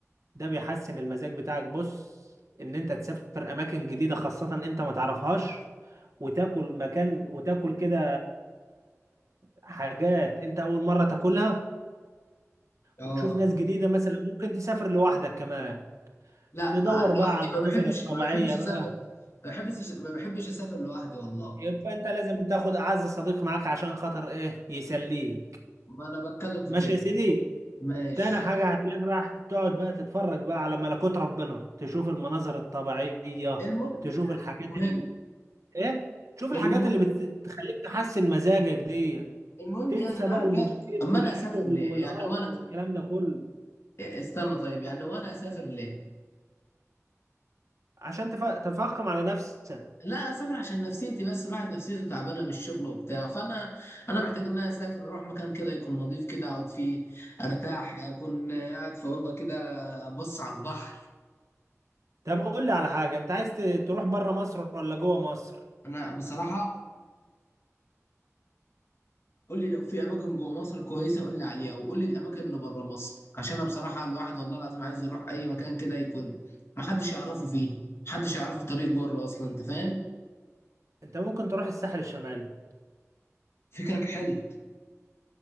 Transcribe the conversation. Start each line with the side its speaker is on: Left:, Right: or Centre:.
Right: ده بيحسن المزاج بتاعك بص ان انت تسافر اماكن جديدة خاصة انت ما تعرفهاش وتاكل مكان وتاكل كده حاجات انت اول مرة تاكلها
Left: اه
Right: وتشوف ناس جديدة مثلا ممكن تسافر لوحدك كمان
Left: لا
Right: تدور
Left: آه، دلوقتي
Right: بقى على المناظر
Left: ما بحبش
Right: الطبيعية
Left: ما بحبش اسافر
Right: بقى
Left: ما بحبش ما بحبش اسافر لوحدي والله
Right: يبقى انت لازم تاخد اعز صديق معاك عشان خاطر ايه يسليك
Left: ما انا بتكلم في
Right: ماشي
Left: كده
Right: يا سيدي
Left: ماشي
Right: تاني حاجة هتلاقيك راح تقعد بقى تتفرج بقى على ملكوت ربنا تشوف المناظر الطبيعية
Left: المهم
Right: تشوف
Left: يعني
Right: الحاجات ال...
Left: المهم
Right: ايه تشوف الحاجات
Left: المهم
Right: اللي بتخليك تحسن مزاجك دي
Left: المهم
Right: تنسى
Left: يعني انا
Right: بقى
Left: عارف
Right: المدير
Left: يعني اما
Right: والشغل
Left: انا اسافر ليه
Right: والقرف
Left: يعني وانا
Right: والكلام ده كله
Left: استنى طيب يعني وانا اسافر ليه
Right: عشان تف... تفخم على نفسك
Left: لا اسافر عشان نفسيتي بس الواحد نفسيته تعبانه من الشغل وبتاع فانا انا محتاج ان انا اسافر اروح مكان كده يكون نظيف كده اقعد فيه ارتاح اكون قاعد في اوضه كده ابص على البحر
Right: طب قول لي على حاجة انت عايز ت- تروح بره مصر ولا جوه مصر
Left: انا بصراحه قول لي لو في اماكن جوه مصر كويسه قول لي عليها وقول لي الاماكن اللي بره مصر عشان انا بصراحه الواحد والله العظيم عايز يروح اي مكان كده يكون محدش يعرفه فيه محدش يعرف له طريق بره اصلا انت فاهم
Right: انت ممكن تروح الساحل الشمالي
Left: فكرك حلو